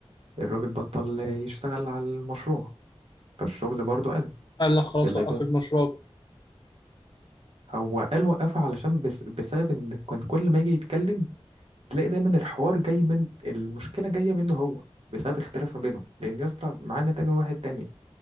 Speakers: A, on the right; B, on the left.
A: الراجل بطل يشتغل على المشروع فالشغل برضه قل
B: قال لك خلاص
A: اللي
B: وقف
A: بقى
B: المشروع بقى
A: هو قال وقفه علشان بس بسبب ان كان كل ما يجي يتكلم تلاقي دايما الحوار جاي من المشكله جاه منه هو بسبب اختلاف ما بينهم لان يا اسطى معانا تاني واحد تاني